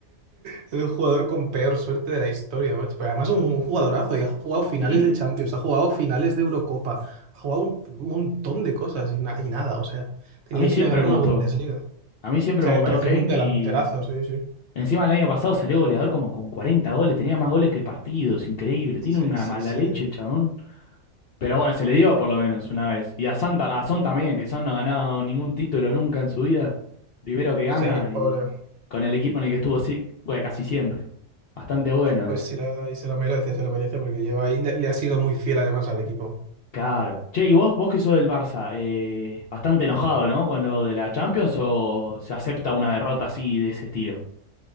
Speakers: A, on the right; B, on the left.
A: Es el jugador con peor suerte de la historia, macho. Pero además un jugadorazo y ha jugado finales
B: Sí.
A: de Champions, ha jugado finales de Eurocopa, ha jugado un montón de cosas y, na- y nada, o sea, ha tenido
B: A mí siempre
A: que ir a ganar
B: me
A: una
B: gustó.
A: Bundesliga. O
B: A mí siempre
A: sea,
B: me gustó
A: me parece
B: Kane
A: un delanterazo,
B: y
A: sí, sí.
B: encima el año pasado salió goleador como con 40 goles. Tenía más goles que partidos. Increíble.
A: Sí,
B: Tiene una
A: sí,
B: mala
A: sí.
B: leche el chabón. Pero bueno, se le dio por lo menos una vez. Y a Santa, a Son también, que Son no ha ganado ningún título nunca en su vida. Primero que gana
A: Sí,
B: y
A: pobre.
B: con el equipo en el que estuvo sí, bueno, casi siempre. Bastante bueno
A: Pues
B: eso.
A: sí, la verdad, y se lo merece, se lo merece porque lleva ahí, le, le ha sido muy fiel además al equipo.
B: Claro. Che, y vos, vos que sos del Barça, eh, bastante enojado, ¿no? Con lo de la Champions o se acepta una derrota así de ese estilo.